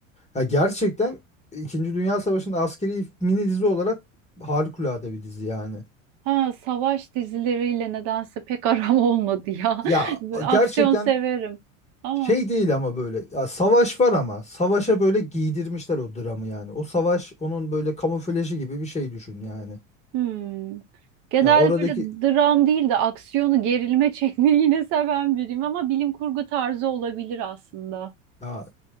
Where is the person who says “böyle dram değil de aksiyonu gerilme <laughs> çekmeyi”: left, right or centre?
Right